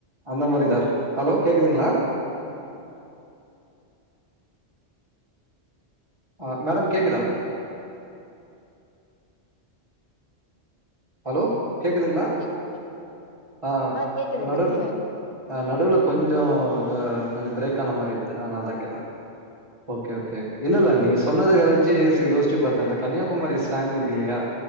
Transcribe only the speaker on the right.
அந்த மாதிரிதான் இருக்கும் ஹலோ கேக்குதுங்களா ஆ மேடம் கேக்குதா ஹலோ கேக்குதுங்களா
ஆ
நடு
ஆ நடுவுல கொஞ்சம் இது கொஞ்சம்
பிரேக் ஆன மாதிரி இருந்தது அதனால தான் கேட்டேன் ஓகே ஓகே ஓகே இல்ல இல்ல நீங்க சொன்னத கழிச்சு யோசிச்சு பார்த்த இந்த கன்னியாகுமரி ஸ்லாங் இருக்கு இல்லையா